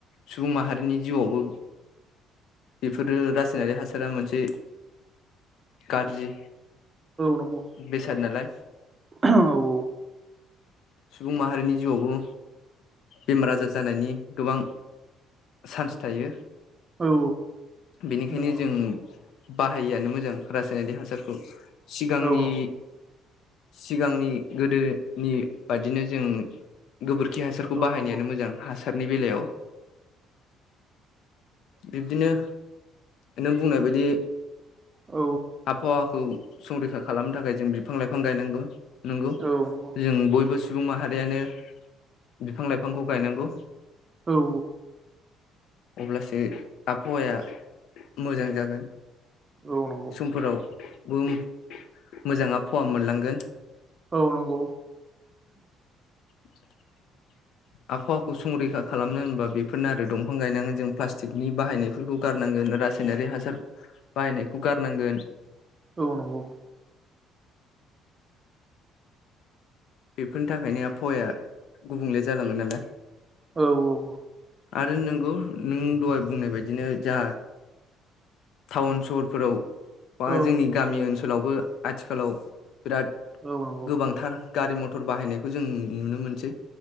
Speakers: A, on the left; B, on the right.
A: सुबुं माहारिनि जिउआवबो बेफोरो रासायनारि हासारा मोनसे गाज्रि
B: नंगौ नंगौ
A: बेसाद नालाय
B: औ औ
A: सुबुं माहारिनि जिउआवबो बेमार आजार जानायनि गोबां चान्स थायो।
B: औ
A: बेनिखायनो
B: नंगौ
A: जों बाहायआनो मोजां। रासायनारिक हासारखौ सिगांनि
B: औ नंगौ औ
A: सिगांनि गोदोनि बादिनो जों गोबोरखि हासारखौ
B: नंगौ
A: बाहायनायानो मोजां हासार हासारनि बेलायाव बिब्दिनो नों बुंनाय बायदि
B: औ
A: आबहावाखौ संरैखा खालामनो थाखाय जों बिफां लाइफां गायनांगौ नोंगौ
B: औ नंगौ
A: जों बयबो सुबुं माहारियानो बिफां लाइफांखौ गायनांगौ
B: औ
A: अब्लासो आबहावाया मोजां जागोन
B: औ नंगौ
A: फोरावबो मोजां आबहावा मोनलांगोन
B: औ नंगौ
A: <inaudible> आबहावाखौ संरैखा खालामनो होनबा बेफोरनो आरो दंफां गायनांगोन जों प्लास्टिकनि बाहायनायफोरखौ गारनांगोन रासायनारि हासार बाहायनायखौ गारनांगोन
B: औ नंगौ
A: बेफोरनि थाखायनो आबहावाया गुबुंले जालाङो नालाय
B: औ औ
A: आरो नोंगौ नों दहाय बुंनाय बदिनो जा टाउन सहरफोराव बा
B: औ
A: जोंनि गामि ओनसोलावबो आथिखालाव बिराद
B: औ नंगौ
A: गोबांथार गारि मथर बाहायनायखौ जों नुनो मोनसै